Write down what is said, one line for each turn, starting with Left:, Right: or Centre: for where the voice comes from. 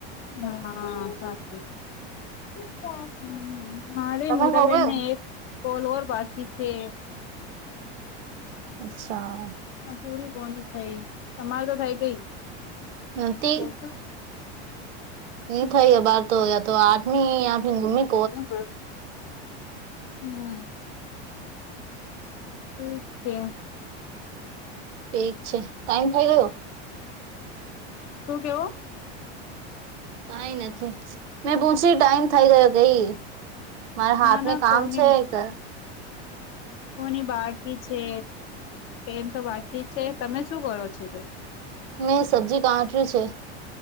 Left: હા સાચું. હમ્મ મારે
Right: તમે
Left: મોટાબેન
Right: હો ગયો
Left: ને એક કોલ ઓર બાકી છે.
Right: અચ્છા.
Left: હ પૂરી કોની થઈ, તમાર તો થાય ગઈ.
Right: નથી
Left: હમ
Right: ની ખઇએ બાર તો યા તો આઠમી યા ઘુમી.
Left: હુ કો હમ્મ એી છે.
Right: ઠી છે ટાઈમ ખાઈ દ તો.
Left: શું કેવું.
Right: કઈ નથી. મેં બૂસી ટાઈમ થઈ ગયો ગઈ, મારા હાથમે
Left: ના ના
Right: કામ
Left: કોની
Right: છે એક.
Left: કોની બાકી છે, એમ તો બાકી છે તમે શું કરો છો જો?
Right: મેં સબ્જી કાટરી છે.